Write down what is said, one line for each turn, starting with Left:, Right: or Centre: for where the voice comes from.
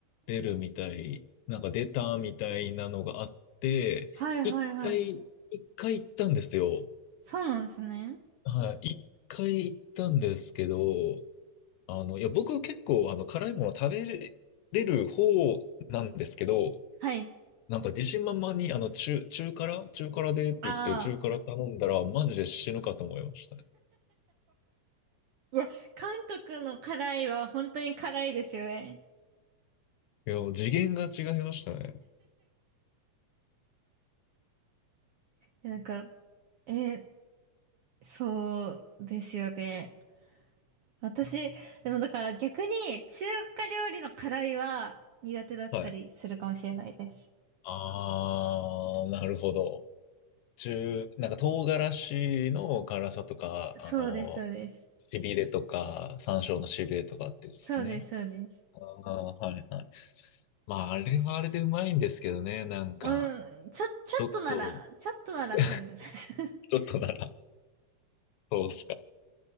Left: 出るみたい、なんか出たみたいなのがあって、
Right: はいはいはい。
Left: 一回、一回行ったんですよ。
Right: そうなんですね。
Left: はい。一回行ったんですけど、あの、いや、僕結構あの辛いもの食べれれる方なんですけど、
Right: はい。
Left: なんか自信満々にあの中、中辛中辛でって言って中辛頼んだらマジで死ぬかと思いましたね。
Right: ああ。いや、韓国の辛いは本当に辛いですよね。
Left: いや、も次元が違いましたね。
Right: やなんか、え、そうですよね。私、でもだから逆に中華料理の辛いは苦手だったりするかもしれないです。
Left: はい。あー、なるほど。中、なんか唐辛子の辛さとか、
Right: そうです、
Left: あの、
Right: そうです。
Left: しびれとか、山椒のしびれとかってことですね。
Right: そうです、そうです。
Left: あー、はいはい。まあ、あれはあれでうまいんですけどね、なんか、
Right: うん、ちょ、ちょっとなら、
Left: ちょっと、
Right: ちょっとなら食べれます。
Left: <laughs>
Right: <laughs>
Left: ちょっとなら、そうっすか。